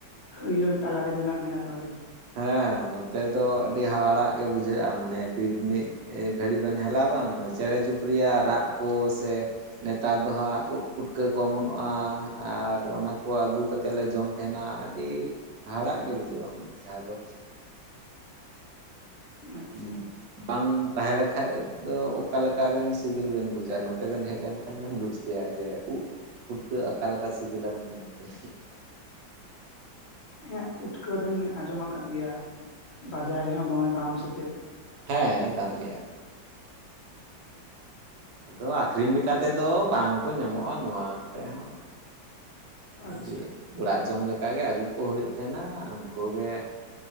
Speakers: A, on the left; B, on the right.
A: ᱦᱟᱹᱨᱭᱟᱹᱲ ᱛᱟᱞᱟᱨᱮ ᱢᱮᱱᱟᱜ ᱵᱤᱱᱟ ᱛᱟᱦᱚᱞᱮ?
B: ᱦᱮᱸ ᱱᱚᱛᱮ ᱫᱚ ᱟᱹᱰᱤ ᱦᱟᱦᱟᱲᱟᱜ ᱜᱮ ᱵᱩᱡᱷᱟᱹᱜᱼᱟ ᱢᱟᱱᱮ ᱵᱤᱨ ᱢᱤᱜ ᱮ ᱜᱷᱟᱹᱲᱤ ᱵᱮᱱ ᱦᱮᱞᱟ-ᱟ ᱵᱟᱝ ᱪᱮᱬᱮ ᱪᱩᱯᱨᱤᱭᱟᱜ ᱨᱟᱜ ᱠᱚ ᱥᱮ ᱱᱮᱛᱟᱨ ᱫᱚ ᱦᱟᱸᱜ ᱳᱫ ᱯᱩᱴᱠᱟᱹ ᱠᱚ ᱚᱢᱚᱱᱚᱜᱼᱟ ᱟᱨ ᱚᱱᱟᱠᱚ ᱟᱹᱜᱩ ᱠᱟ ᱛᱮ ᱞᱮ ᱡᱚᱢ ᱛᱟᱦᱮᱱᱟ ᱟᱹᱰᱤ ᱦᱟᱦᱟᱲᱟᱜ ᱜᱮ ᱵᱩᱡᱩᱜᱼᱟ᱾ ᱢᱟᱱᱮ ᱡᱟᱦᱟᱸ ᱫᱚ
A: ᱟᱪᱪᱷᱟ
B: ᱩᱸ᱾ ᱵᱟᱝ ᱛᱟᱦᱮᱸᱞᱮᱠᱷᱟᱡ ᱫᱚ ᱚᱠᱟᱞᱮᱠᱟᱵᱮᱱ ᱥᱤᱵᱤᱞ ᱵᱮᱱ ᱵᱩᱡᱟ ᱱᱚᱛᱮ ᱵᱮᱱ ᱦᱮᱡ ᱞᱮᱱᱠᱷᱟᱱ ᱵᱮᱱ ᱵᱩᱡᱟ᱾ ᱴᱷᱤᱠᱭᱟ ᱡᱮ ᱩᱜ ᱯᱷᱩᱴᱠᱟᱹ ᱟᱠᱟ ᱥᱤᱵᱤᱞᱟ ᱢᱮᱱᱛᱮ?
A: ᱦᱮᱜ ᱯᱩᱴᱠᱟᱹ ᱫᱚᱧ ᱟᱸᱡᱚᱢ ᱟᱠᱟᱫ ᱜᱮᱭᱟ ᱵᱟᱡᱟᱨ ᱨᱮᱦᱚᱸ ᱫᱚᱢᱮ ᱫᱟᱢ ᱥᱮ ᱪᱮᱫ?
B: ᱦᱮᱸ ᱫᱟᱢ ᱜᱮᱭᱟ᱾ ᱟᱫᱚ ᱟᱠᱷᱨᱤᱧ ᱞᱮᱠᱟ ᱛᱮᱫᱚ ᱵᱟᱝ ᱠᱚ ᱧᱟᱢᱚᱜᱼᱟ ᱱᱚᱣᱟ ᱠᱚᱨᱮᱡ ᱦᱚᱸ᱾
A: ᱟᱪᱪᱷᱟ
B: ᱫᱤᱭᱹᱟ ᱚᱲᱟᱜ ᱡᱚᱢ ᱞᱮᱠᱟᱜᱮ ᱟᱹᱜᱩ ᱠᱚ ᱦᱩᱭᱩᱜ ᱛᱟᱦᱮᱱᱟ ᱩᱱᱠᱩ ᱜᱮ